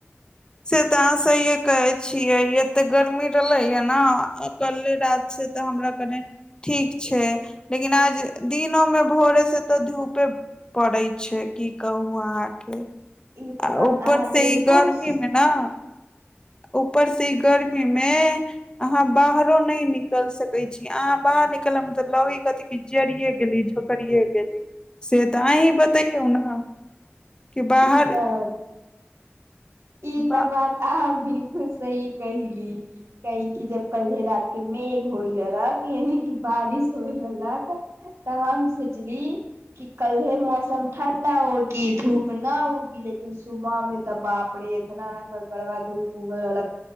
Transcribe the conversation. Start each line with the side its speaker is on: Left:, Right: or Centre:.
Left: से तऽ अहाँ सहिे कहे छियै एते गर्मी रहलेय ने कल्े रात से तऽ हमरा कने ठीक छै लेकिन आज दिनो मे भोरे से तऽ धूपे पड़ैत छै की कहू अहाँके
Right: ई तऽ
Left: आ
Right: बात
Left: ऊपर
Right: अहाँ
Left: से
Right: बिलकुल
Left: ई गर्मी
Right: स
Left: मे ने ऊपर से ई गर्मी मे अहाँ बाहरो नहि निकल सकै छी अहाँ बाहर निकल मे तऽ लगी कथ क जरििये गेली झोकिे गेली से तऽ अह ही बताैयौ ने कि बाहर
Right: ई तऽ ई
Left: बा
Right: त बात आ बिल्कुल सही कहिली कै की जब कल्हे रात के मेघ होय रहलक यान कि बारिश होय रहलक ताम सोचली कि कलहे मौसम मौसम ठण्डा होगी धूप ना उगी लेकिन सुबह में तऽ बाप ड़े एतना ए कर कर ब धूप उगल रहलक